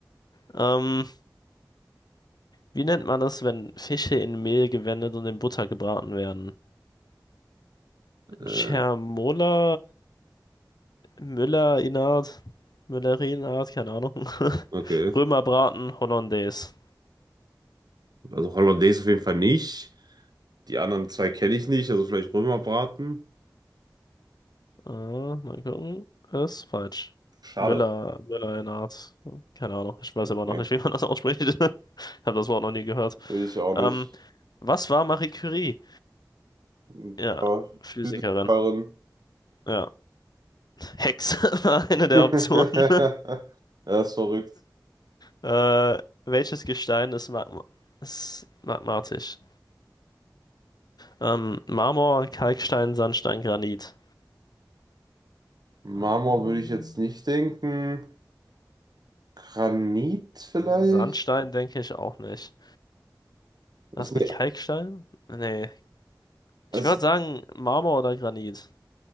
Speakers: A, on the left; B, on the right.
A: Ähm, Wie nennt man das, wenn Fische in Mehl gewendet und in Butter gebraten werden?
B: äh,
A: Cermola, Müller-Inat, Müller-Inat, keine Ahnung. <laughs>
B: okay.
A: Römerbraten, Hollandaise.
B: Also Hollandaise auf jeden Fall nicht. Die anderen zwei kenne ich nicht, also vielleicht Römerbraten.
A: Ah, mal gucken. Ist falsch.
B: Schade.
A: Müller, Müller-Inat. Keine Ahnung. Ich weiß
B: Okay.
A: aber noch nicht, wie man das ausspricht. <laughs> Ich habe das Wort noch nie gehört.
B: Ich auch
A: Ähm,
B: nicht.
A: was war Marie Curie?
B: Ich
A: Ja,
B: war
A: Physikerin.
B: Physikerin.
A: Ja. Hex <laughs> war
B: <laughs>
A: eine der Optionen.
B: Er ist verrückt.
A: Äh, welches Gestein ist, magma ist magmatisch? Ähm, Marmor, Kalkstein, Sandstein, Granit.
B: Marmor
A: Ähm,
B: würde ich jetzt nicht denken. Granit vielleicht?
A: Sandstein denke ich auch nicht.
B: Was,
A: Was
B: nee,
A: mit Kalkstein? Nee. Ich
B: also
A: würde sagen Marmor oder Granit.